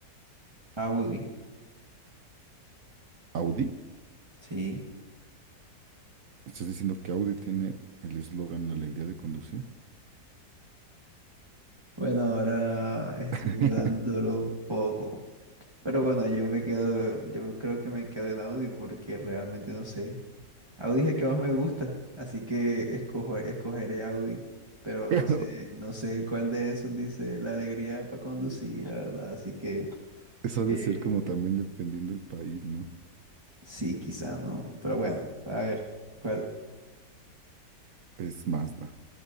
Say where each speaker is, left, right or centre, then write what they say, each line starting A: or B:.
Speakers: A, on the right (about 15°); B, on the right (about 60°).
A: Audi,
B: Audi,
A: sí.
B: estás diciendo que Audi tiene el eslogan La alegría de conducir.
A: Bueno, ahora estoy
B: <laughs>
A: dudándolo un poco. Pero bueno, yo me quedo, yo creo que me quedo en Audi porque realmente no sé. Audi es el que más me gusta, así que escojo, escogeré Audi. Pero
B: Pero
A: no sé, no sé cuál de esos dice la alegría para conducir, la verdad. Así que
B: eso ha de
A: eh,
B: ser como también dependiendo del país, ¿no?
A: sí, quizá no. Pero bueno, a ver, ¿cuál?
B: Es Mazda.